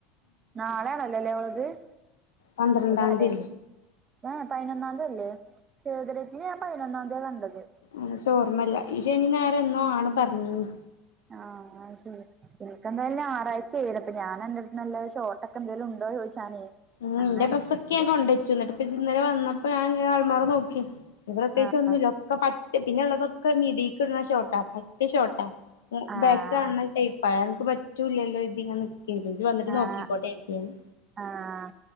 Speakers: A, on the right (about 30°); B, on the left (about 75°).
A: നാളേണല്ലേ ല്ലേ ഓളത്. ഇന്ന്
B: പന്ത്രണ്ടാം
A: തലേന്ന്
B: തീയതി
A: ഏഹേ പയിനൊന്നാംതി അല്ലെ സേവ് ദേ ഡേറ്റ് ന് ഞാൻ പതിനൊന്നാംതിയ കണ്ടത്
B: അത് ചോർമ്മല്ല ഈ ശനിം ഞായറും എന്നോ ആണ് പറഞ്ഞീനി
A: ആഹ് അത് ശെരി എനിക്കെന്തായാലും ഞായാഴ്ചേകരം അപ്പ ഞാൻ അന്റെ അടുതുന്ന് നല്ല ഷോട്ടക്കെ എന്തേലും ഉണ്ടോ ചോദിച്ചാനേ
B: ഉം
A: അങ്ങനെ
B: ഇന്റെ ഡ്രസ്സോക്കെ
A: വിചാ
B: ഞാൻ കൊണ്ടേച്ചു എന്നിട്ട് ഇപ്പ ഇജ്ജ് ന്നലെ വന്നപ്പോ ഞാൻ ഇങ്ങന അൾമാറ നോക്കി ഇത് പ്രത്യേകിച്ച്
A: ആഹ്
B: ഒന്നുല്ല
A: ആഹ്
B: ഒക്കെ പറ്റ പിന്നെ ഉള്ളതൊക്കെ മിഡിക്കിടണ ഷോട്ട പറ്റ ഷോർട്ടാ
A: ആഹ്
B: ബാക്ക് കാണ്ണ ടൈപ്പ അതനക്ക് പറ്റൂല്ലല്ലോര്‌തികാണ്ട് ഇനിജ്ജ് വന്നിട്ട്
A: ആഹ്
B: നോക്കിക്കോട്ടെ കരുതി ഞാന്
A: ആഹ്